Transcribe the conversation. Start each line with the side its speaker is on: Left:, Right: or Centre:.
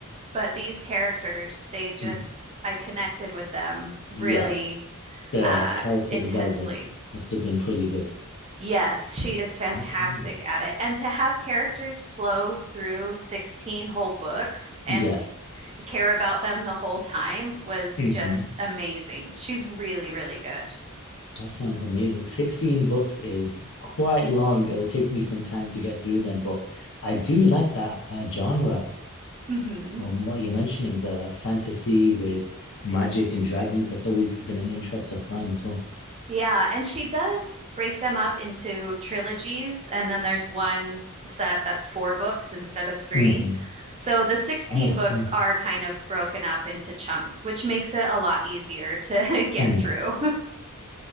Right: but these characters, they just,
Left: Mm,
Right: I connected with them really
Left: Yeah. The
Right: uh,
Left: character
Right: intensely.
Left: development must have been pretty good.
Right: Yes, she is fantastic
Left: Okay.
Right: at it. And to have characters flow through 16 whole books and
Left: Yes.
Right: care about them the whole time was
Left: Mm-hmm.
Right: just amazing. She's really, really good.
Left: That sounds amazing. 16 books is quite long. It'll take me some time to get through them, but I do like that uh, genre
Right: hmm
Left: from what you're mentioning, the fantasy with magic and dragons. That's always been an interest of mine as well.
Right: Yeah, and she does break them up into trilogies, and then there's one set that's four books instead of three.
Left: Mm-hmm.
Right: So the 16
Left: Oh,
Right: books
Left: cool.
Right: are kind of broken up into chunks, which makes it a lot easier to <laughs> get
Left: Mm.
Right: through.